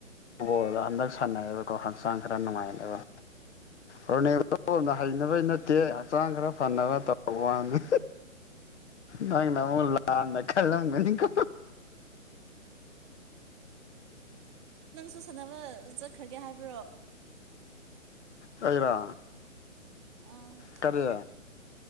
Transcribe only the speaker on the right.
<inaudible>
ꯅꯪꯁꯨ ꯁꯥꯟꯅꯕ ꯆꯠꯈ꯭ꯔꯒꯦ ꯍꯥꯏꯕ꯭ꯔꯣ
ꯑꯝ